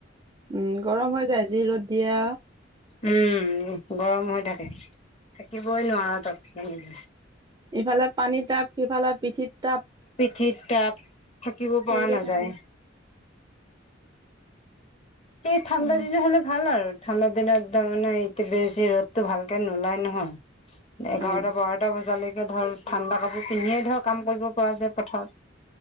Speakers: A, on the right (about 20°); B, on the left (about 35°).
A: উম গৰম হৈ যায় আজি ৰ'দ দিয়া।
B: উম গৰম হৈ থাকে থাকিবই নোৱাৰো তাত এনেকে
A: ইফালে পানী টাপ সিফালে পিঠিত। টাপ
B: পিঠিত তাপ থাকিব পৰা
A: পৰিয়ে
B: নাযায়।
A: থাকে
B: সেই ঠাণ্ডা
A: হয়
B: দিন হলে ভাল আৰু ঠাণ্ডা দিনতদমানে ইটো বেছি ৰ'দতটো ভালকে নোলাই নহয়। এঘাৰটা
A: উম
B: বাৰটা বজালৈকে। নেক ধৰ ঠাণ্ডা কাপোৰ পিন্ধিয়ে ধৰ কাম কৰিব পৰা যায় পথাৰত।